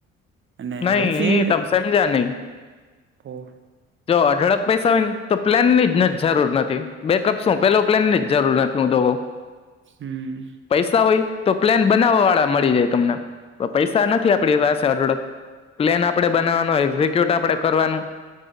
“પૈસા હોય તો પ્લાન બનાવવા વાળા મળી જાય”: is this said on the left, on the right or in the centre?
Left